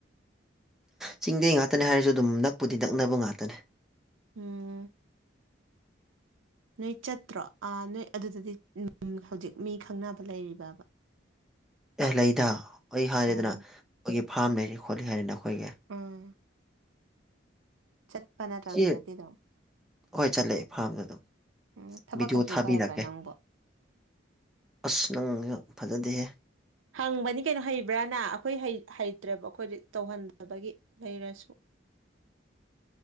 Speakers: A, in the centre; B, on the right.
A: ꯆꯤꯡꯗꯩ ꯉꯥꯛꯇꯅꯦ ꯍꯥꯏꯔꯁꯨ ꯑꯗꯨꯝ ꯅꯛꯄꯨꯗꯤ ꯅꯛꯅꯕ ꯉꯇꯅꯦ
B: ꯎꯝ ꯅꯣꯏ ꯆꯠꯇ꯭ꯔꯣ ꯑ ꯅꯣꯏ ꯑꯗꯨꯗꯗꯤ ꯍꯧꯖꯤꯛ ꯃꯤ ꯈꯪꯅꯕ ꯂꯩꯔꯤꯕꯕ
A: ꯑꯦ ꯂꯩꯗ ꯑꯩ ꯍꯥꯏꯔꯤꯦꯗꯅ
B: ꯎꯝ
A: ꯑꯩꯈꯣꯏꯒꯤ ꯐꯥꯝ ꯂꯩꯔꯤ ꯈꯣꯠꯂꯤ ꯍꯥꯏꯔꯤꯦꯅ ꯑꯩꯈꯣꯏꯒꯤ
B: ꯎꯝ ꯆꯠꯄꯅꯠꯖꯗꯨꯗꯗꯤ
A: ꯁꯤ ꯍꯣꯏ ꯆꯠꯂꯑꯦ ꯐꯥꯝꯗ ꯑꯗꯨꯝ
B: ꯎꯝ ꯊꯕꯛꯀ
A: ꯚꯤꯗꯤꯑꯣ
B: ꯁꯨꯕ
A: ꯊꯥꯕꯤꯔꯛꯀꯦ
B: ꯍꯩꯕ꯭ꯔꯥ ꯅꯪꯕꯣ
A: ꯑꯁ ꯅꯪꯁꯨ ꯐꯖꯗꯦꯍꯦ
B: ꯍꯪꯕꯅꯤ ꯀꯩꯅꯣ ꯍꯩꯕ꯭ꯔꯥꯅ ꯑꯩꯈꯣꯏ ꯍꯩꯇ꯭ꯔꯦꯕ ꯑꯩꯈꯣꯏꯗꯤ ꯇꯧꯍꯟꯗꯕꯒꯤ ꯂꯩꯔꯁꯨ
A: <inaudible>